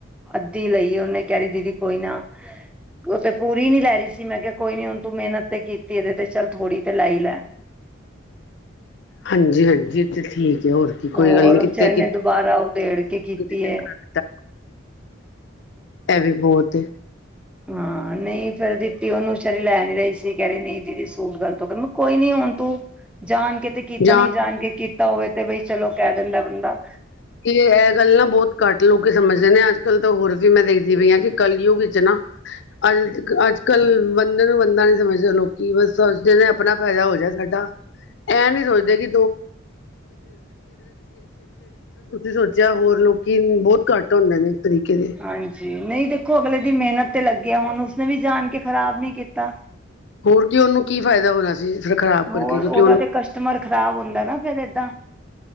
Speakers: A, in the centre; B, on the left.
A: ਅੱਧੀ ਲਈਏ ਉਨੇ ਕੈ ਰੀ ਦੀਦੀ ਕੋਈ ਨਾ ਉ ਤੇ ਪੂਰੀ ਨੀ ਲੈ ਰਈ ਸੀ ਮੈਂ ਕਿਹਾ ਕੋਈ ਨੀ ਹੁਨ ਤੂੰ ਮੈਨਤ ਤੇ ਕੀਤੀ ਇਦੇ ਤੇ ਚੱਲ ਥੋੜੀ ਤੇ ਲੈਈ ਲੈ।
B: ਹਾਂਜੀ-ਹਾਂਜੀ ਠੀਕ ਹੋਰ ਕੋਈ
A: ਔਰ
B: ਗੱਲ ਨੀ ਕਿੱਥੇ
A: ਵਿਚਾਰੇ ਨੇ ਦੁਬਾਰਾ ਉਧੇੜ ਕੇ ਕੀਤੀ
B: <unintelligible>
A: ਏ।
B: ਐ ਵੀ ਬੋਤ ਏ।
A: ਹਾਂ ਨਈ ਫੇਰ ਦਿੱਤੀ ਉਨੂੰ ਬੇਚਾਰੀ ਲੈ ਨੀ ਰਈ ਸੀ ਕੈ ਰੀ ਨਈ ਦੀਦੀ ਸੂਟ ਗਲਤ ਹੋ ਗਿਆ ਮੈਂ ਕਿਹਾ ਕੋਈ ਨੀ ਹੁਨ ਤੂੰ ਜਾਨ ਕੇ ਤੇ ਕੀਤਾ
B: ਜਾਂ
A: ਨੀ ਜਾਨ ਕੇ ਕੀਤਾ ਹੋਵੇ ਤੇ ਬਈ ਚਲੋ ਕੈ ਦਿੰਦਾ ਬੰਦਾ।
B: ਏ ਐ ਗੱਲ ਨਾ ਬੋਤ ਘੱਟ ਲੋਕ ਸਮਝਦੇ ਨੇ ਅੱਜ ਕੱਲ੍ਹ ਤਾਂ ਹੋਰ ਵੀ ਮੈਂ ਦੇਖਦੀ ਪਈ ਆਂ ਕਿ ਕੱਲਯੁੱਗ ਵਿੱਚ ਨਾ ਅੱਜ-ਅੱਜ ਕੱਲ ਬੰਦੇ ਨੂੰ ਬੰਦਾ ਨੀ ਸਮਝਦਾ ਲੋਕੀ ਬਸ ਸਮਚਦੇ ਨੇ ਆਪਣਾ ਫੈਦਾ ਹੋ ਜਾਏ ਸਾਡਾ। ਐ ਨੀ ਸੋਚਦੇ ਕਿ <unintelligible> ਜਾਂ ਹੋਰ ਲੋਕੀ ਬੋਤ ਘੱਟ ਹੁੰਦੇ ਨੇ ਇਸ ਤਰੀਕੇ ਦੇ।
A: ਹਾਂਜੀ ਨਈ ਦੇਖੋ ਅਗਲੇ ਦੀ ਮਿਹਨਤ ਤੇ ਲੱਗਿਆ ਹੁਨ ਉਸਨੇ ਵੀ ਜਾਨ ਕੇ ਖ਼ਰਾਬ ਨੀ ਕੀਤਾ।
B: ਹੋਰ ਕੀ ਉਨੂੰ ਕੀ ਫਾਇਦਾ ਹੋਨਾ ਸੀ। ਫਿਰ ਖ਼ਰਾਬ
A: ਹੋਰ
B: ਕਰਕੇ ਕਿਉਂਕਿ
A: ਉਦਾ
B: ਉਹਨੂੰ
A: ਤੇ ਕਸਟਮਰ ਖ਼ਰਾਬ ਹੁੰਦਾ ਨਾ ਫੇਰ ਏਦਾਂ।